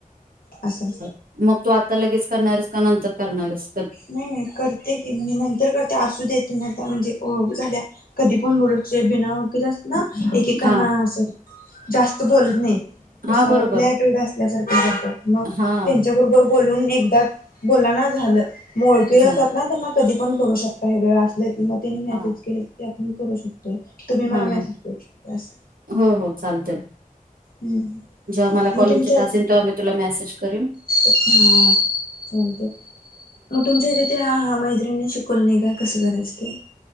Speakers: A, on the left; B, on the right.
A: असं.
B: मग तू आता लगेच करणार आहेस का नंतर करणार आहेस?
A: नाही नाही करते. मी नंतर करते असूदे तूम्ही आता नंतर म्हणजे ओळख झालीया कधी पण बोलू शकतोय बिना ओळखीचे अस ना एकेकाना
B: हा
A: असं, जास्त बोलत नाही कसं
B: हां बरोबर.
A: लई अटीट्युड असल्यासारखं करत्यात
B: हां.
A: त्यांच्याबरोबर, बोलून एकदा बोलला ना झालं मग ओळखीची
B: झालं.
A: असतात ना त्यांना, कधी पण करू शकता हे वेळ असलं किंवा त्यानी मेसेज
B: हां.
A: केले की आपण करू शकतोय. तूम्ही मला
B: हां,
A: मेसेज
B: हां.
A: करू शकत्याय असं.
B: हो हो चालतंय.
A: हम्म
B: जेव्हा मला
A: मग
B: कॉलीगचे
A: तुमच्या
B: टास येईल तेवा मी तुला मेसेज करीन?
A: हा चालतंय मग तुमच्या हितं त्या मैत्रिणीशी कोण नाही काय कसं करायचं ते?